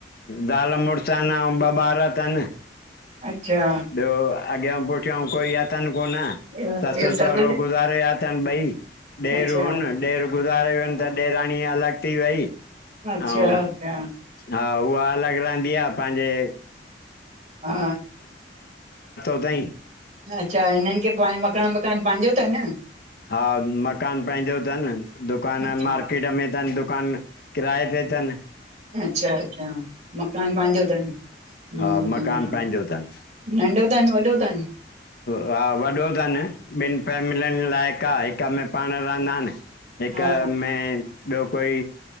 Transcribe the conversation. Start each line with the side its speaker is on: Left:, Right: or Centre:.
Left: जाल-मुर्स आन आऊं ॿ बार अथन। ॿियो
Right: अच्छा
Left: अॻियां पुठियां कोई अथन कोन
Right: ॿियो ॿियो
Left: सस
Right: सभु
Left: सहुरो गुज़ारे वया अथनि ॿई, ॾेर
Right: अच्छा
Left: हुन ॾेर गुज़ारे वयुन त ॾेराणीअ अलॻि थी वई
Right: अच्छा
Left: अउ
Right: अच्छा
Left: हा उहा अलॻ रहंदी आ पांजे।
Right: हा
Left: अथई
Right: अच्छा हिननि खे पो मकान वकान पंहिंजो अथन
Left: हा, मकान पंहिंजो अथनि, दुकानु
Right: अच्छा
Left: मार्केट में अथनि दुकानु किराये ते तन।
Right: अच्छा-अच्छा, मकान पांजों अथनि।
Left: हा
Right: ह ह
Left: मकान पंहिंजो अथनि
Right: नंढो अथन वॾो अथन
Left: हा वॾो तनि ॿिनि फैमिलियनि लाइक़ु आहे हिक में पाण रहंदा आहिन। हिक
Right: हा
Left: में ॿियो कोई